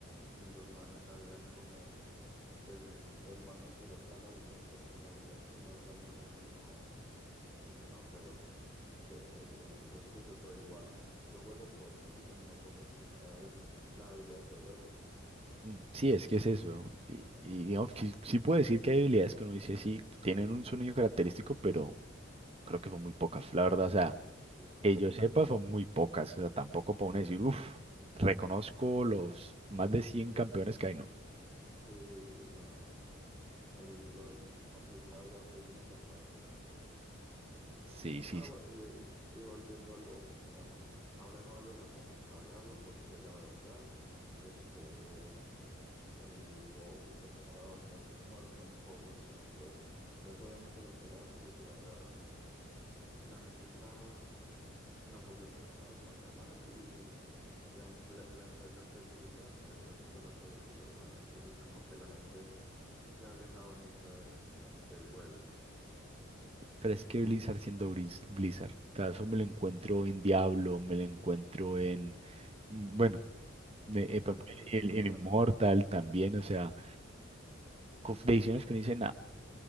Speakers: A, in the centre; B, on the right.
A: Y los manes sabían como, ese, el man me tiró tal habilidad porque la habilidad sonó de tal manera. Y yo como, uy, no, pero <laughs> ¿qué es eso? Yo, no- yo escucho todo igual. Yo juego con música, ni me pongo a escuchar las habilidades del otro.
B: Mm, Sí, es que es eso. Y, y digamos, que sí, sí puedo decir que hay habilidades que uno dice, sí, tienen un sonido característico, pero creo que son muy pocas, la verdad. O sea,
A: Pero poquito,
B: que
A: sí.
B: yo sepa, son muy pocas. O sea, tampoco puedo decir, uff, reconozco los más de 100 campeones que hay, no.
A: Sí, sí, no. El LOL complicado ya pues en esa parte.
B: Sí, sí.
A: Ah,
B: sí.
A: bu- y, ve- y volviendo al WoW, digamos, ahora no vale la pena pagarlo porque la verdad, este, el WoW está bastante muerto en población, pues no es obviamente lo que era antes y ahora la gente está, la población está bastante mal y la, emple- la empresa que es Blizzard está haciendo las cosas súper mal, entonces como que la gente se ha alejado mucho de, del juego.
B: Pero es que Blizzard siendo Bris- Blizzard, o sea, eso me lo encuentro en Diablo, me lo encuentro en, mm, bueno, me- eh,
A: Y
B: por
A: Blizzard
B: ejemplo,
A: está en
B: en,
A: todo
B: en
A: lado.
B: Immortal también, o sea, con decisiones que no dicen nada,